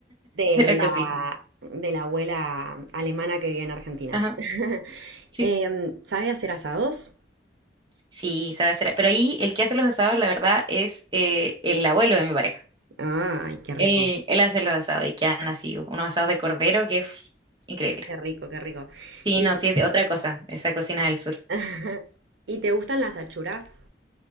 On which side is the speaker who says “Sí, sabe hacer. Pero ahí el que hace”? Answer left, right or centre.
Right